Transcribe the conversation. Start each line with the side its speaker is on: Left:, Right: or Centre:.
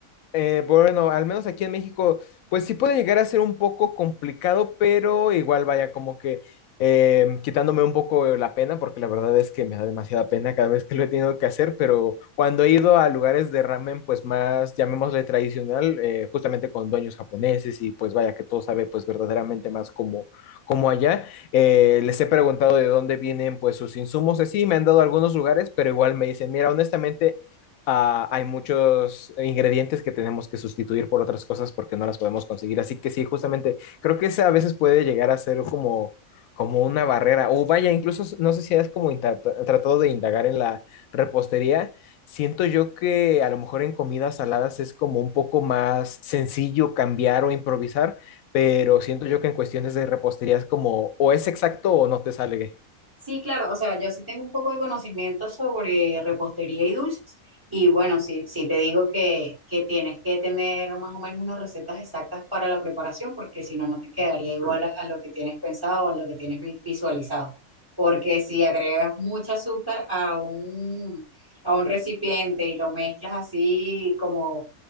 Left: eh, pues bueno, al menos aquí en México, pues sí puede llegar a ser un poco complicado, pero igual vaya como que eh, quitándome un poco la pena, porque la verdad es que me da demasiada pena cada vez que lo he tenido que hacer, pero cuando he ido a lugares de ramen, pues más, llamémosle tradicional, eh, justamente con dueños japoneses y pues vaya que todo sabe pues verdaderamente más como, como allá, eh, les he preguntado de dónde vienen pues sus insumos, así me han dado algunos lugares, pero igual me dicen, mira, honestamente ah, hay muchos ingredientes que tenemos que sustituir por otras cosas porque no las podemos conseguir. Así que sí, justamente creo que esa a veces puede llegar a ser como, como una barrera. O vaya, incluso no sé si has como inta- tratado de indagar en la repostería. Siento yo que a lo mejor en comidas saladas es como un poco más sencillo cambiar o improvisar, pero siento yo que en cuestiones de repostería es como o es exacto o no te sale.
Right: Sí, claro, o sea, yo sí tengo un poco de conocimiento sobre repostería y dulces. Y bueno, sí, sí te digo que, que tienes que tener más o menos unas recetas exactas para la preparación, porque si no, no te quedaría igual a, a lo que tienes pensado o a lo que tienes vi- visualizado. Porque si agregas mucha azúcar a un, a un recipiente y lo mezclas así como